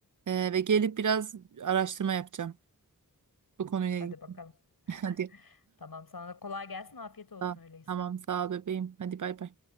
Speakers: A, on the right; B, on the left.
A: Ee, ve gelip biraz araştırma yapacağım bu konuyla
B: Hadi
A: ilgili.
B: bakalım. <laughs>
A: <laughs> Hadi.
B: Tamam sana da kolay gelsin, afiyet olsun
A: Sağ-
B: öyleyse.
A: Tamam sağ ol bebeğim. Hadi bay bay.